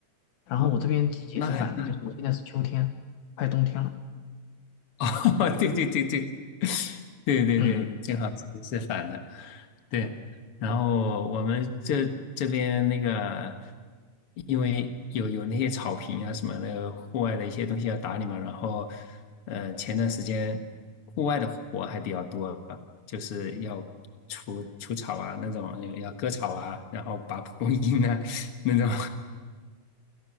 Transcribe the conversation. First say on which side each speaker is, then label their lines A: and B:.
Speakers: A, on the left; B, on the left.
A: 然后我这边季节是反的，
B: 啊，那还，
A: 就是我现在是秋天，快冬天了。
B: <laughs> 哦，对对对对对对对，
A: 嗯，
B: 正好是是反的，对。然后我们这这边那个，因为有有那些草坪啊什么的，户外的一些东西要打理嘛。然后，呃，前段时间户外的活还比较多，就是要除除草啊那种，要割草啊，然后拔蒲公英啊那种。